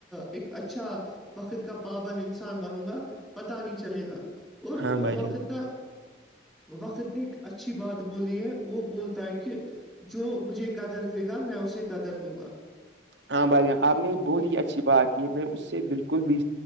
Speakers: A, in the centre; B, on the right (about 70°).
A: ایک اچھا وقت کا پابند انسان بنوں گا پتا نہیں چلے گا اور
B: ہاں بھائی
A: وقت
B: جان
A: ن وقت نے ایک اچھی بات بولی ہے وہ بولتا ہے کہ جو مجھے قدر دے گا میں اسے قدر دوں گا
B: ہاں بھائیاں آپ نے بہت ہی اچھی بات کی میں اس سے بالکل بھی